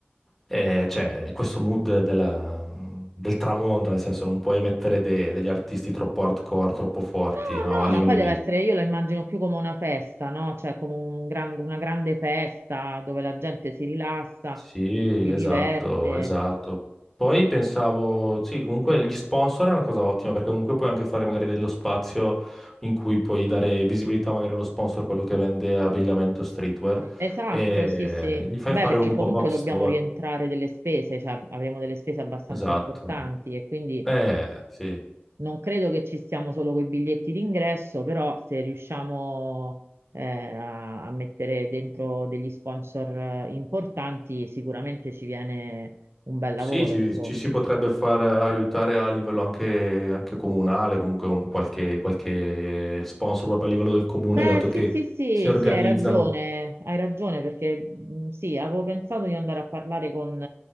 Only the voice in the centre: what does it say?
eh, cioè, questo mood della- del tramonto, nel senso non puoi mettere de- degli artisti troppo hardcore, troppo forti,
no, a livello
Sì,
esatto,
esatto. Poi pensavo, sì, comunque gli sponsor è una cosa ottima perché comunque puoi anche fare magari dello spazio in cui puoi dare visibilità magari allo sponsor, quello che vende abbigliamento streetwear,
e
gli fai
fare
un
pop-up
store.
Esatto.
Eh, sì.
Sì, ci,
ci si potrebbe far aiutare a livello anche, anche comunale, comunque un qualche, qualche sponsor proprio a livello del comune,
dato che
si organizzano.